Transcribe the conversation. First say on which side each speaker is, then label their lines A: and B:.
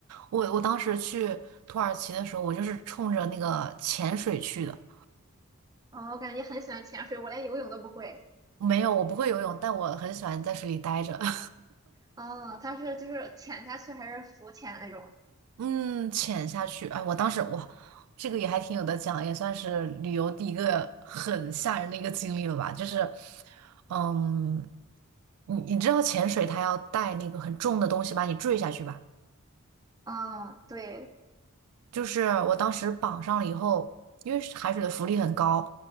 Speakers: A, on the right (about 75°); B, on the right (about 15°).
A: 我我当时去土耳其的时候，我就是冲着那个潜水去的。
B: 哦，我感觉很喜欢潜水，我连游泳都不会。
A: 没有，我不会游泳，但我很喜欢在水里待着。<laughs>
B: 哦，它是就是潜下去还是浮潜那种？
A: 嗯，潜下去，哎，我当时哇，这个也还挺有的讲，也算是旅游第一个很吓人的一个经历了吧。就是，嗯，你你知道潜水它要带那个很重的东西把你坠下去吧？
B: 哦，对，
A: 就是我当时绑上了以后，因为是海水的浮力很高，